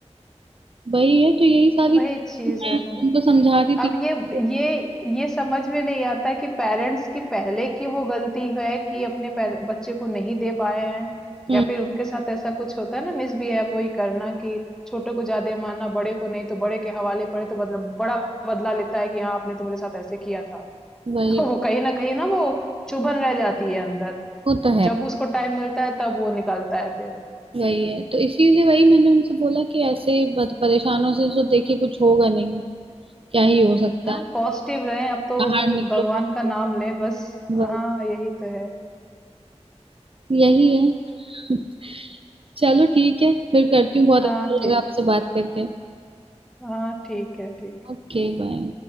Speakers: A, on the right (about 50°); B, in the centre.
A: वही है तो यही सारी
B: वही चीज़
A: मैं
B: है ना।
A: उनको समझा रही थी
B: अब
A: कि-
B: ये ये ये समझ में नहीं आता कि पेरेंट्स की पहले की वो गलती है कि अपने पैर- बच्चे को नहीं दे पाए हैं
A: हम्म
B: या फिर उनके साथ ऐसा कुछ होता है ना मिसबिहेव वही करना कि छोटे को ज्यादा मानना बड़े को नहीं तो बड़े के हवाले पड़े तो बदला बड़ा बदला लेता है कि हाँ आपने तो मेरे साथ ऐसे किया था
A: वही
B: <laughs> वो कहीं ना कहीं ना वो चुभन रह जाती है अंदर
A: वो तो है
B: जब उसको टाइम मिलता है तब वो निकालता है फिर
A: वही है तो इसीलिए वही मैंने उनसे बोला कि ऐसे बद- परेशानों से तो देखिए कुछ होगा नहीं क्या ही हो सकता
B: हाँ
A: है
B: पॉजिटिव रहें अब तो
A: बाहर निकलो
B: भगवान
A: बाहर निकलो।
B: का नाम लें बस
A: वही
B: हाँ यही तो है
A: यही है <laughs> चलो ठीक है फिर करती हूँ बहुत
B: हाँ
A: अच्छा
B: ठीक
A: लगा आपसे बात करके
B: हाँ, ठीक है, ठीक।
A: Okay bye